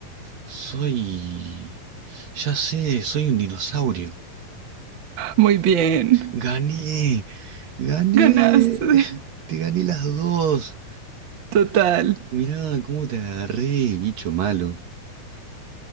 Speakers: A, on the right; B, on the right.
A: soy... Ya sé, soy un dinosaurio.
B: Muy bien.
A: Gané, gané.
B: <laughs> Ganaste.
A: <laughs> Te gané las dos.
B: Total.
A: Mirá cómo te agarré, bicho malo.